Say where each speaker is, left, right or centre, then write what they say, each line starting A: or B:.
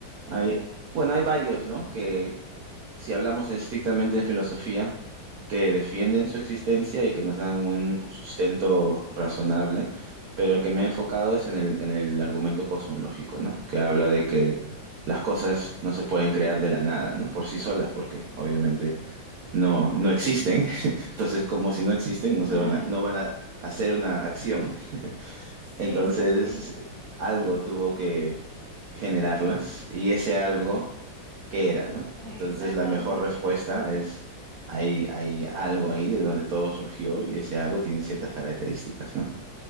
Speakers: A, on the right; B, on the right.
A: Hay, bueno, hay varios, ¿no? si hablamos estrictamente de filosofía, que defienden su existencia y que nos dan un, un sustento razonable, pero el que me he enfocado es en el, en el argumento cosmológico, ¿no? Que habla de que las cosas no se pueden crear de la nada, ¿no? Por sí solas, porque obviamente no, no
B: Ujú.
A: existen. <laughs> Entonces, como si no existen, no se
B: <laughs>
A: van a, no van a hacer una acción.
B: Sí,
A: Entonces,
B: sí, sí,
A: algo tuvo que generarlas y ese algo qué era, ¿no?
B: exactamente.
A: Entonces la mejor respuesta es, hay, hay algo ahí de donde todo surgió y ese algo tiene ciertas características, ¿no?